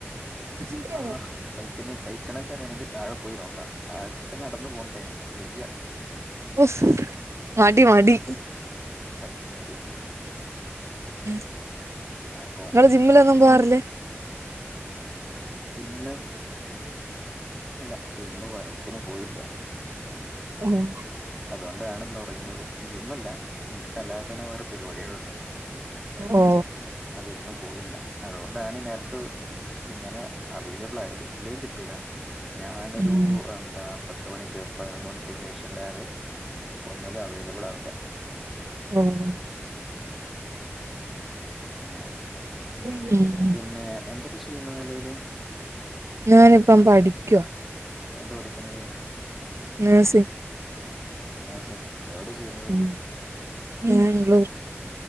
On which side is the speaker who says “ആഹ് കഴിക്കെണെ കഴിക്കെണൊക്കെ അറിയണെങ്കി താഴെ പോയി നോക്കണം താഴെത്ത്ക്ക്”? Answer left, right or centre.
Centre